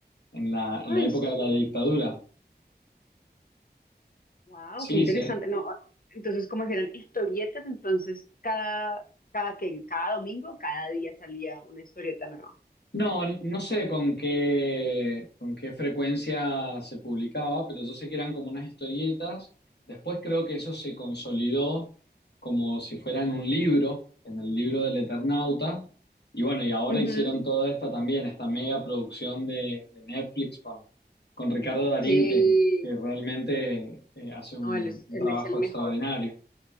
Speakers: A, on the left; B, on the left.
A: en la,
B: buena.
A: en la
B: Ah, ¿en
A: época
B: serio?
A: de la dictadura.
B: Wow,
A: Sí,
B: qué interesante.
A: se,
B: No, entonces, ¿cómo eran historietas? Entonces, cada, cada que, cada domingo, cada día salía una historieta nueva.
A: No, no sé con qué, con qué frecuencia se publicaba, pero yo sé que eran como unas historietas. Después creo que eso se consolidó como si fuera en un libro, en el libro del Eternauta. Y bueno, y ahora
B: Ujú.
A: hicieron toda esta también, esta mega producción de, de Netflix con, con Ricardo Darín,
B: Sí,
A: que, que realmente eh, hace un,
B: no, él es,
A: un
B: él
A: trabajo
B: es el
A: extraordinario.
B: mejor.